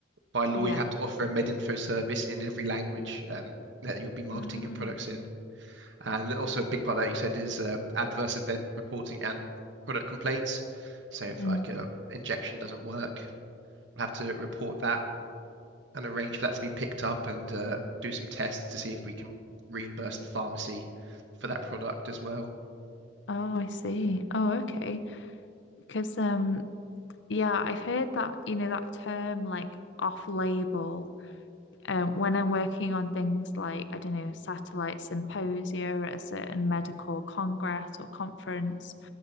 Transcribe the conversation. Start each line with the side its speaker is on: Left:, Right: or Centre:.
Right: by law,
Left: yeah.
Right: you have to offer a MedInfo service in every language um, that you'll be marketing
Left: Ah.
Right: your products in. And also a big part that you said is uh, adverse event reporting and product complaints. So
Left: hmm
Right: if like
Left: Mm.
Right: a injection doesn't work, we'll have to report that and arrange for that to be picked up and uh, do some tests to see if we can reimburse the pharmacy for that product as well.
Left: Oh, I see. Oh, okay. Because um, yeah, I've heard that, you know, that term like off-label. Um, when I'm working on things like, I don't know, satellite symposia at a certain medical congress or conference,